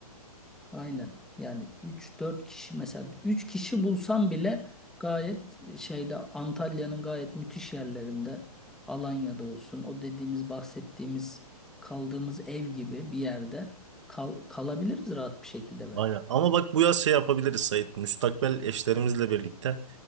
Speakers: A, in the centre; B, on the right (about 50°).
A: aynen. Yani üç dört kişi mesela 3 kişi bulsam bile gayet şeyde Antalya'nın gayet müthiş yerlerinde Alanya'da olsun o dediğimiz bahsettiğimiz kaldığımız ev gibi bir yerde kal kalabiliriz rahat bir şekilde bence.
B: Aynen. Ama bak bu yaz şey yapabiliriz Sait. Müstakbel eşlerimizle birlikte